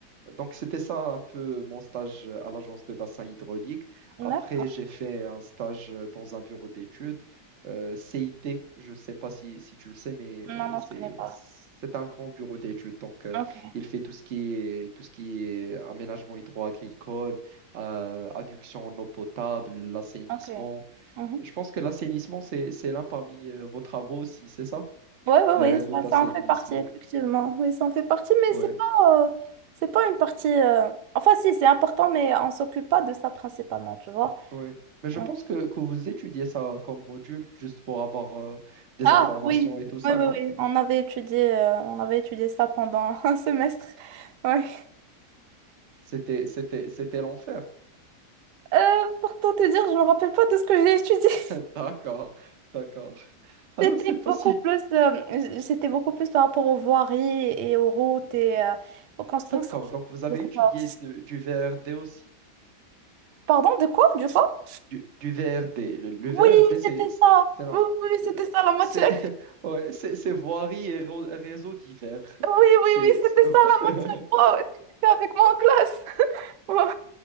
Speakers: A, on the right (about 50°); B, on the right (about 80°).
A: Donc, c'était ça un peu mon stage à l'agence de bassin hydraulique.
B: D'accord.
A: Après, j'ai fait un stage dans un bureau d'études, euh, CIT, je ne sais pas si, si tu le sais, mais
B: Non,
A: euh,
B: non,
A: c'est,
B: je connais pas.
A: c'est un grand bureau d'études. Donc, euh,
B: Ok,
A: il fait tout ce qui est, tout ce qui est aménagement hydro-agricole, euh, adduction en eau potable, l'assainissement.
B: ok. Mhm.
A: Je pense que l'assainissement, c'est, c'est l'un parmi euh, vos travaux aussi, c'est ça?
B: Oui, oui,
A: Les réseaux
B: oui, ça,
A: d'assainissement.
B: ça en fait partie, effectivement. Oui, ça en fait partie, mais
A: ouais.
B: c'est pas, euh, c'est pas une partie. euh, Enfin, si, c'est important, mais on s'occupe pas de ça principalement, tu vois.
A: Oui, mais je
B: On-
A: pense que, que vous étudiez ça comme module juste pour avoir euh, des
B: Ah,
A: informations
B: oui,
A: et tout ça,
B: oui, oui,
A: non?
B: oui. On avait étudié, euh, on avait étudié ça pendant <laughs> un semestre. Ouais.
A: C'était, c'était, c'était l'enfer.
B: Euh, pour tout te dire, je me rappelle pas de ce que j'ai étudié. <laughs>
A: <laughs> D'accord, d'accord. Alors,
B: C'était
A: c'est pas
B: beaucoup
A: si...
B: plus, euh, c'était beaucoup plus par rapport aux voiries et aux routes et euh, aux constructions.
A: D'accord, donc vous avez
B: de ce
A: étudié
B: genre.
A: de- du V R D aussi.
B: Pardon, de quoi, du quoi?
A: Donc, du, du V R D. Le, le
B: Oui,
A: V R D, c'est...
B: c'était
A: C'est
B: ça.
A: c'est non,
B: Oui, oui, oui, c'était
A: euh,
B: ça la matière.
A: c'est- <laughs> ouais, c'est c'est voirie et rô- réseaux divers.
B: Oui,
A: C'est,
B: oui, oui,
A: c'est-
B: c'était
A: <laughs>
B: ça la matière. Wow, est-ce que t'étais avec moi en classe? <laughs> Wow.